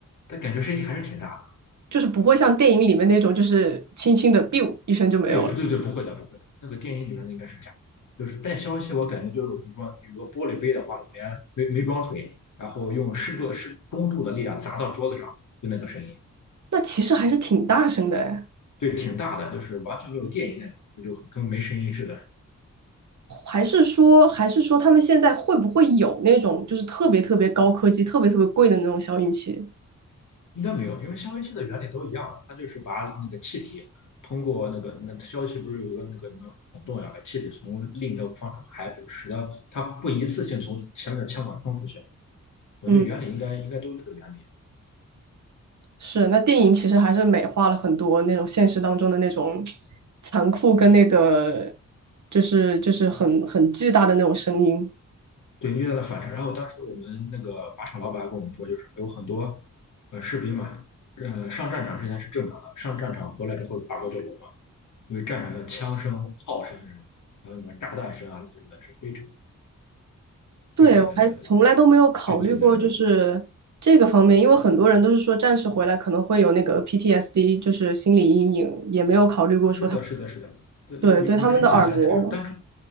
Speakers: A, on the left (about 75°); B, on the right (about 65°).
A: 它感觉声音还是挺大的。
B: 就是不会像电影里面那种，就是轻轻的 biu 一声就没有了。
A: 对，不对对，不会的不会的，那个电音里面的应该是假的，就是带消音器，我感觉就是比如说有个玻璃杯的话，里面没没装水，然后用适度适中度的力量砸到桌子上，就那个声音，
B: 那其实还是挺大声的哎，
A: 对，挺大的，就是完全没有电音那种，就跟没声音似的。
B: 还是说，还是说他们现在会不会有那种就是特别特别高科技、特别特别贵的那种消音器？
A: 应该没有，因为消音器的原理都一样啊，它就是把那个气体通过那个那消音器不是有一个那个什么孔洞呀，把气体从另一个方向排，使得它不一次性从前面的腔管冲出去。我觉得原理应该应该都是这个原理。
B: 嗯，是。那电影其实还是美化了很多那种现实当中的那种残酷跟那个，就是就是很很巨大的那种声音。
A: 对，你遇到了反差。然后当时我们那个靶场老板跟我们说，就是有很多呃士兵嘛，呃上战场之前是正常的，上战场回来之后耳朵就聋了，因为战场的枪声、炮声那种，还有什么炸弹声啊，那真的是非常
B: 对，
A: 非常的
B: 我还从来都没有考虑过，
A: 震惊的。
B: 就是这个方面，因为很多人都是说战士回来可能会有那个 PTSD，就是心理阴影，也没有考虑过说他，
A: 是的，是的，是的，对对，
B: 对，
A: 你你可以想象一下，
B: 对他们的耳膜，
A: 就是单是，